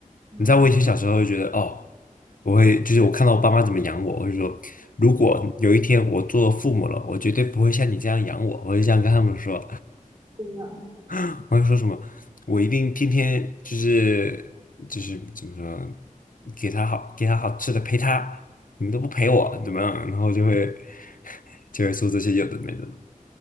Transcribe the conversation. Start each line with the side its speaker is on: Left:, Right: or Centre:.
Right: 嗯，
Left: 你知道我以前小时候就觉得，哦，我会就是我看到我爸妈怎么养我，我会说，如果有一天我做父母了，我绝对不会像你这样养我，我就这样跟他们说，
Right: 对的，
Left: <laughs> 我会说什么，我一定天天就是就是怎么说，给他好给他好吃的陪他，你们都不陪我怎么样，然后就会 <laughs> 就会说这些有的没的，